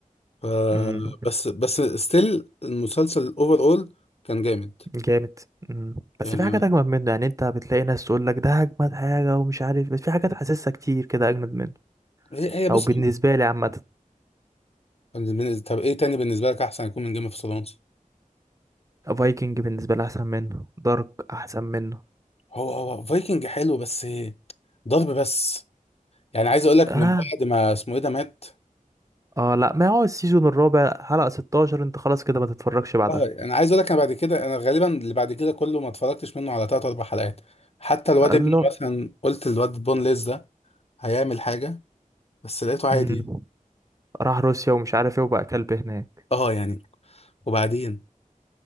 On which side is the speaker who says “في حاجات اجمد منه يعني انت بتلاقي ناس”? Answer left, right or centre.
Right